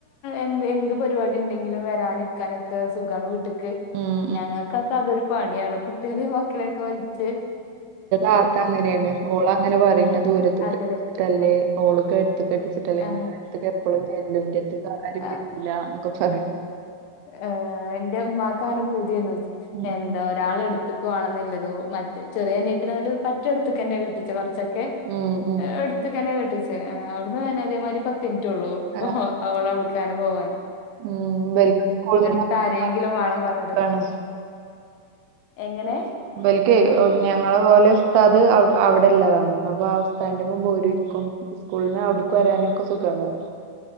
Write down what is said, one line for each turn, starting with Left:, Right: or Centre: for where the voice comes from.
Left: എന്ത് എന്ത് പരിപാടി ഉണ്ടെങ്കിലും വരാനരിക്കാനൊക്കെ സുഖാണ് വീട്ട
Right: ഉം ഉം
Left: ഞങ്ങൾക്കൊക്കെ അതൊരു പണിയാണ് കുട്ടികളെ മക്കളെയൊക്കെ വലച്ച്
Right: ാത്ത അങ്ങനെണ് ഓളങ്ങനെ പറയുന്ന ദൂരത്ത
Left: അതില്
Right: ല്ലേ ഓളക്കെ എടുത്ത് കെട്ടിച്ചിട്ടല്ലെടുത്ത
Left: ആ
Right: എപ്പളും ചെല്ലും ഇന്റെട്തക്ക് ആരും
Left: ആ
Right: ഇല്ല എന്നൊക്കെ പറ
Left: ഏഹ് എന്റെഉമ്മാക്കാണ് പൂതിയന്ന്
Right: ഉം
Left: എന്താ ഒരാൾ എടു ക്ക് വേണംന്നില്ലതോ മറ്റ ചെറിയ നീട്ടിന എന്നിട്ട് പറ്റൊടത്തക്ക തന്നെ കെട്ടിച്ച കൊറച്ചൊക്കെ
Right: ഉം ഉം
Left: എടുത്തക്കന്നെ കെട്ടിച്ചേ അവിടുന്ന് തന്നെ അതേമാതിരി പത്തിനിറ്റള്ളു
Right: ആ,
Left: അവളെവിടുക്കാനെ പോവാന്
Right: ഉം ഇവൽക്ക്
Left: ഉം
Right: സ്കൂളിൽ നിന്ന്
Left: അടുത്ത ആരെങ്കിലും വേണം പറഞ്ഞത്
Right: നോക്കാണ്
Left: എങ്ങനെ
Right: ബലിക്കേ ഞങ്ങള ഓലെസ്ഥ അത് അവിടെല്ലാതാണ് അപ്പൊ ആ അവസ്താന്റെ മൻപ്രരിക്കും സ്കൂളിന് അടുക്ക് വരാനുംക്ക സുഖമാണ്